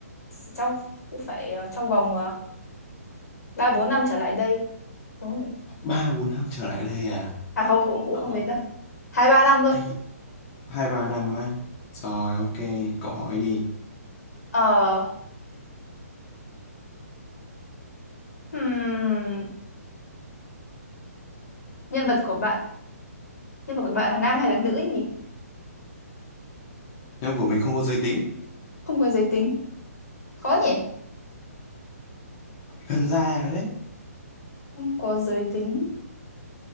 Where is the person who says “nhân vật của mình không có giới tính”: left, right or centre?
Left